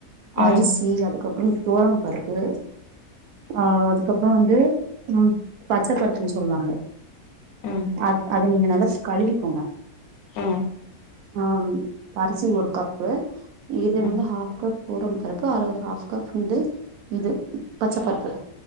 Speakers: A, on the left; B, on the right.
A: ம்
B: அரிசி அதுக்கப் ம் தொவரம் பருப்பு ஆ அதுக்கப்புறோ வந்து ம் பச்ச பருப்புன்னு சொல்லுவாங்க
A: ம்
B: அது அது நீங்க நல்லா கழுவிக்கோங்க
A: ம்
B: ஆ அரிசி ஒரு கப்பு இது
A: ம்
B: வந்து ஹாஃப் கப் தொவரம் பருப்பு அர ஹாஃப் கப்பு வந்து இது பச்ச பருப்பு